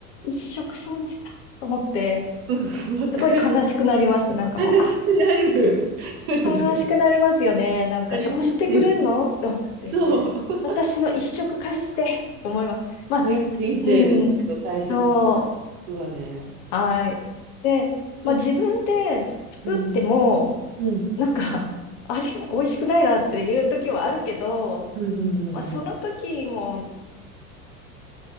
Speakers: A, on the left; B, on the right.
A: ー一食損したと思って、
B: うんわかる。
A: すごい悲しくなります。なんかもう、
B: 悲しくなる。
A: あ
B: <laughs>
A: 悲しくなりますよね。なんか、
B: なりますよ。
A: どうしてくれんのと思って。
B: そう。
A: 私の一食返してと思います。まあ、
B: ね、人生の大切なこ
A: うん、そう、
B: とはね。
A: はい。で、まあ、
B: そう。
A: 自分で作っても、
B: うん。うん。
A: なんか、あれ、美味しくないなっていう時はあるけど、
B: うんうんうん
A: まあ、その時も